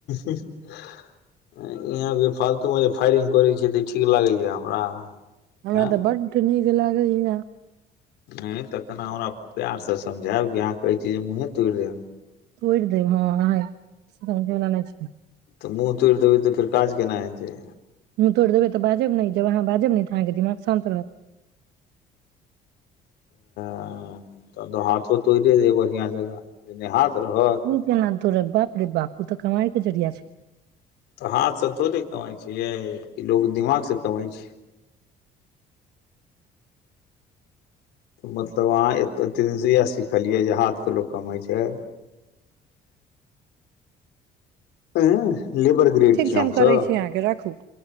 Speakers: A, on the left (about 80°); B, on the right (about 85°).
A: इ आहा बे फालतू मे जे फायरिंग करै छै तऽ ठीक लागे या हमरा
B: हमरा
A: आँ
B: तऽ बड्ड निक निक लागैया
A: ऐयै तखन आहाँ हमरा प्यार सँ समझायब कि अहाँ कहै छीय जे मुँहे तोड़ि देब
B: तोड़ि देब हँ आहाँ समझैवला नहि छै
A: तऽ मुँह तोड़ि देबै तऽ फेर काज केनाइ हेतै
B: मुूँह तोड़ि देबै तऽ बाजब ने जब अहाँ बाजब ने तऽ अहाँके दिमाग शान्त रहत
A: ह तब त हाथो तोड़े देब बढ़ियां जेका नै हाथ रहत
B: ओ केना तोरब बाप रे बापू उ तऽ कामइके जड़िया छै
A: तऽ हाथसँ थोड़े कमाइ छियै कि लोक दिमाग सँ कमाइ छै मतलब अहाँ ए एतेक दिनसँ इएह सिखलियै जे हाथके लोक कमाइ छै <unintelligible> लेबर ग्रेड
B: ठीक
A: छी
B: छै
A: हमसब
B: हम करै छी अहाँके राखू